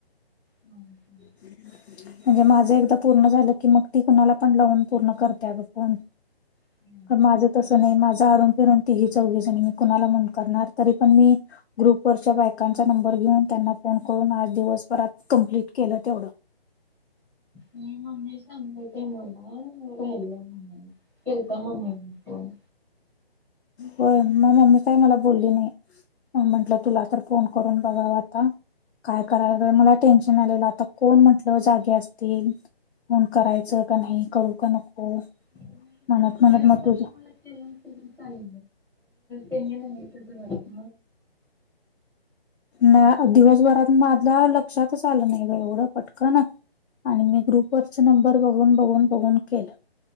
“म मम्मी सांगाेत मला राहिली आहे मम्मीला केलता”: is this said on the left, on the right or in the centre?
Centre